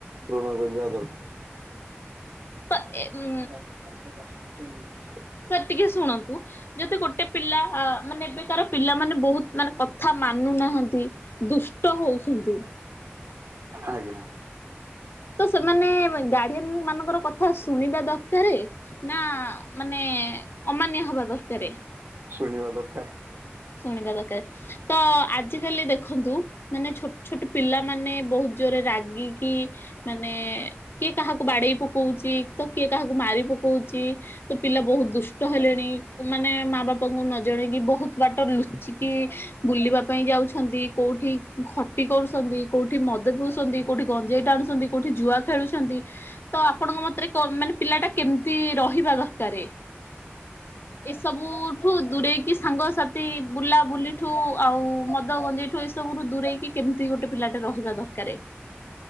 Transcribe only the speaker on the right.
ପୂରଣ କରିବା ଦରକାର।
<unintelligible>
ଆଜ୍ଞା।
ଶୁଣିବା ଦରକାର।